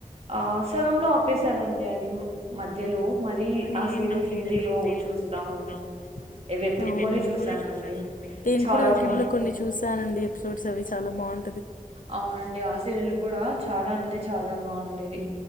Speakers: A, on the right; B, on the left.
A: ఆ సగంలో ఆపేశారండి అది మధ్యలో మరీ
B: ఉమ్.
A: ఆ సీరియల్ హిందీలో చూస్తా ఉ
B: అవునా
A: ఇది ఎతుకొని
B: అండి
A: చూసానండి
B: నేను
A: చాలా
B: కూడా యూట్యూబ్
A: బా
B: లో కొన్ని చూశానండి ఎపిసోడ్స్ అవి చాల బాగుం
A: అవునండి ఆ సీరియల్ కూడా చాలా అంటే చాలా బాగుండేది.